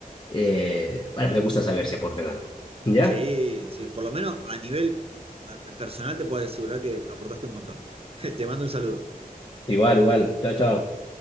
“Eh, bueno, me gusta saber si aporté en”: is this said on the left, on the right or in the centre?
Left